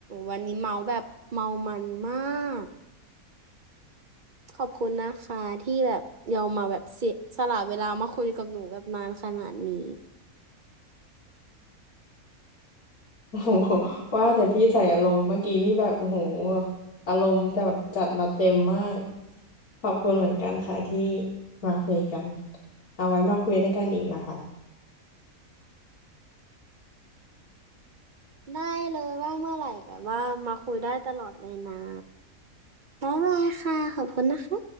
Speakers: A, on the right; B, on the left.
A: วันนี้เมาแบบเมามันมากขอบคุณนะคะที่แบบยอมมาแบบเสียสละเวลามาคุยกับหนูแบบนานขนาดนี้
B: <laughs> โอ้โหว่าแต่พี่ใส่อารมณ์เมื่อกี้นี่แบบโอ้โหอารมณ์จัดจัดมาเต็มมากขอบคุณเหมือนกันค่ะที่มาคุยกันเอาไว้มาคุยด้วยกันอีกนะคะ
A: ได้เลยว่าเมื่อไหร่แบบว่ามาคุยได้ตลอดเลยนะบ๊ายบายค่ะขอบคุณนะคะ